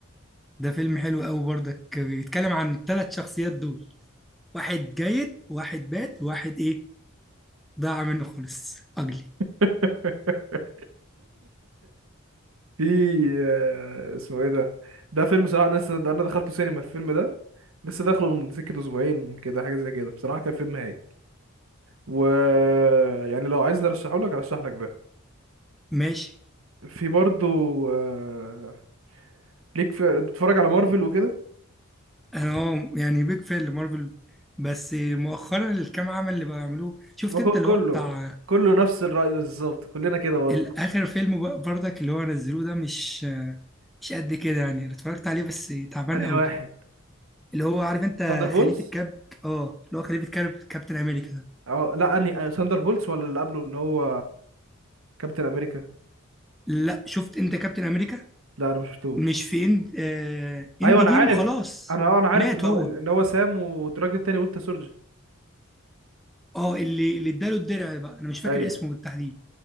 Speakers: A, in the centre; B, on the right.
A: ده فيلم حلو قوي برضك بيتكلم عن الثلاث شخصيات دول واحد جيد واحد باد واحد ايه ضاع منه خالص اجلي
B: <laughs> في آه، اسمه ايه ده ده فيلم صراحة انا لسه- ده انا دخلته سينما الفيلم ده لسه داخله من سكة اسبوعين كده حاجة زي كده بصراحة كان فيلم هايل و يعني لو عايزني ارشحه لك ارشح لك ده
A: ماشي
B: في برضو آه، ليك في بتتفرج على مارفل وكده
A: انا اه يعني بيج فان لمارفل بس مؤخرا الكام عمل اللي بقوا يعملوه شفت
B: ما
A: انت
B: هو
A: اللي
B: كله
A: هو بتاع
B: كله نفس الرأي بالظبط كلنا كده برضه
A: الاخر فيلم بق- برضك اللي هو نزلوه ده مش مش قد كده يعني اللي اتفرجت عليه بس تعبان
B: انهي
A: قوي
B: واحد
A: اللي هو عارف انت
B: ثاندر بولز
A: خليفة كاب اه اللي هو خليفة كاب كابتن امريكا ده
B: اه لا انهي ثاندر بولز ولا اللي قبله اللي هو كابتن امريكا
A: لا شفت انت كابتن امريكا
B: لا انا ما شفتوش
A: مش في اند آه اند
B: ايوه انا
A: جيم
B: عارف
A: خلاص
B: انا اه انا عارف
A: مات
B: اللي
A: هو
B: هو اللي هو سام والراجل التاني ويلتا سولجر
A: اه اللي اللي اداله الدرع بقى انا مش فاكر
B: ايوه
A: اسمه بالتحديد